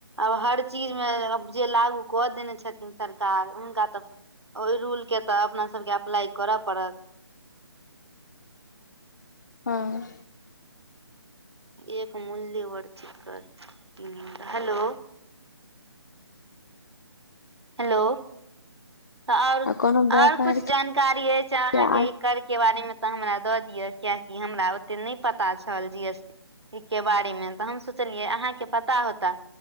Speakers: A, on the right; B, on the left.
A: आब हर चीजमे जे लागू कऽ देने छथिन सरकार हुनका तऽ। ओहि रूल कऽ तऽ अपना सबके अप्लाई करऽ पड़त।
B: हँ।
A: एक मूल्य वरजित कर हेलो। हेलो आओर
B: आ कोनो व्यापार
A: आओर कुछ जानकारी अछि
B: के
A: अहाँके।
B: आस्था
A: कर के बारे मे तऽ हमरा दऽ दिअ कियकि हमरा ओते नहि पता छल जी एस टी। ई के बारे मे तऽ हम सोचलियै अहाँके पता होताऽ